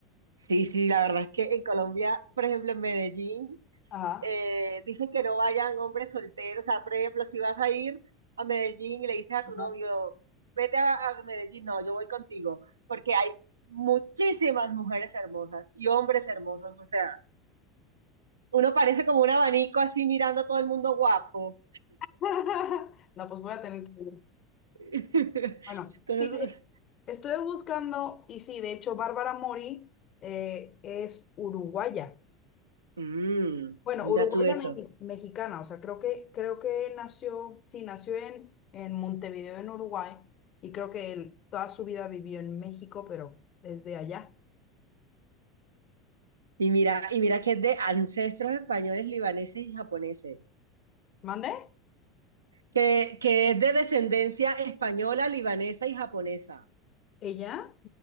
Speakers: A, on the right; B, on the left.
A: Sí, sí, la verdad es que en Colombia, por ejemplo, en Medellín.
B: Ajá.
A: eh, dicen que no vayan hombres solteros. O sea, por ejemplo, si vas a ir a Medellín y le dices a
B: Ajá.
A: tu novio, vete a, a Medellín, no, yo voy contigo, porque hay muchísimas mujeres hermosas y hombres hermosos. O sea, uno parece como un abanico así mirando a todo el mundo guapo.
B: <laughs> No, pues voy a tener que ir.
A: <laughs>
B: Bueno,
A: Entonces,
B: sí, de- estuve buscando y sí, de hecho, Bárbara Mori eh, es uruguaya.
A: mm,
B: Bueno,
A: mira
B: uruguaya
A: tú eso.
B: mexi- mexicana, o sea, creo que, creo que nació, sí, nació en, en Montevideo, en Uruguay, y creo que él toda su vida vivió en México, pero desde allá.
A: Y mira, y mira que es de ancestros españoles, libaneses y japoneses.
B: ¿Mande?
A: Que, que es de descendencia española, libanesa y japonesa.
B: ¿Ella?